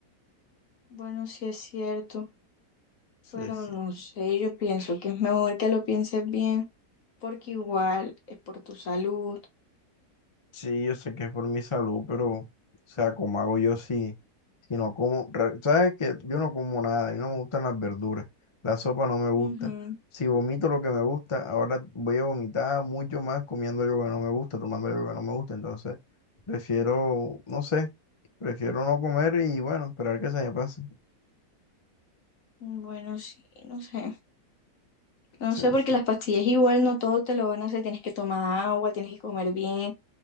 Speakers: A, on the left; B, on the left.
A: Bueno, sí es cierto,
B: Sí,
A: pero
B: sí.
A: no sé, yo pienso que es mejor que lo pienses bien. porque igual es por tu salud.
B: Sí, yo sé que es por mi salud, pero, o sea, ¿cómo hago yo si, si no como? Re- ¿Sabes que Yo no como nada, y no me gustan las verduras, la sopa no me gusta.
A: Ujú.
B: Si vomito lo que me gusta, ahora voy a vomitar mucho más comiendo algo que no me gusta, tomando algo que no me gusta. Entonces, prefiero, no sé, prefiero no comer y bueno, esperar que se me pase.
A: Bueno, sí, no sé. No
B: Sí,
A: sé, porque
B: sí.
A: las pastillas igual no todo te lo van a hacer. Tienes que tomar agua, tienes que comer bien,